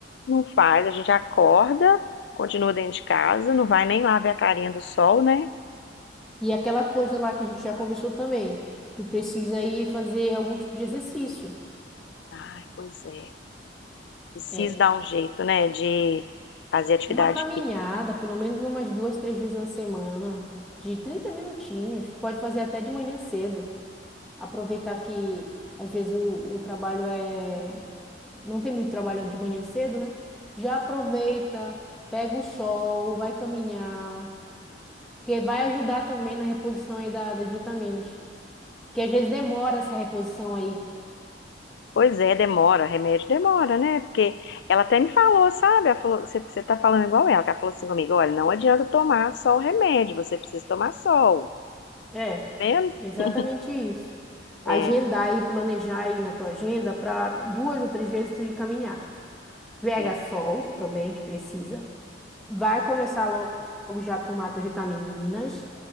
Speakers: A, on the left; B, in the centre.
A: não faz, a gente acorda, continua dentro de casa, não vai nem lá ver a carinha do sol, né?
B: E aquela coisa lá que a gente já conversou também, tu precisa ir fazer algum tipo de exercício.
A: Ai, pois é. Preciso
B: É.
A: dar um jeito, né? De fazer atividade
B: Uma caminhada,
A: física.
B: pelo menos umas duas, três vezes na semana, de 30 minutinhos. Tu pode fazer até de manhã cedo. Aproveitar que às vezes o, o trabalho é. Não tem muito trabalho de manhã cedo, né? Já aproveita, pega o sol, vai caminhar, porque vai ajudar também na reposição aí da- das vitaminas. Porque às vezes demora essa reposição aí.
A: Pois é, demora, remédio demora, né? Porque ela até me falou, sabe? Ela falou, você, você tá falando igual ela, que ela falou assim comigo, olha, não adianta tomar só o remédio, você precisa tomar sol,
B: É,
A: tá vendo?
B: exatamente
A: <laughs>
B: isso. Agendar
A: É,
B: e planejar aí na tua agenda para duas ou três vezes tu ir caminhar. pega
A: é.
B: sol também, que precisa. Vai começar lo- logo já a tomar suas vitaminas.